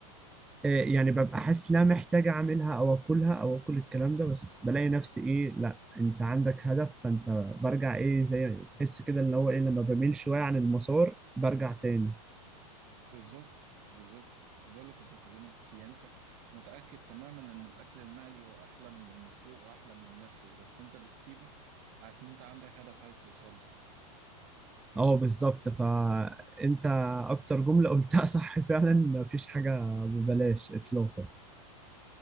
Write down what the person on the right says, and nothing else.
بالظبط بالظبط ده اللي كنت بكلمك فيه يعني انت متأكد تماما ان الاكل المقلي هو احلى من المسلوق واحلى من المشوي بس انت بتسيبه عشان انت عندك هدف عايز توصله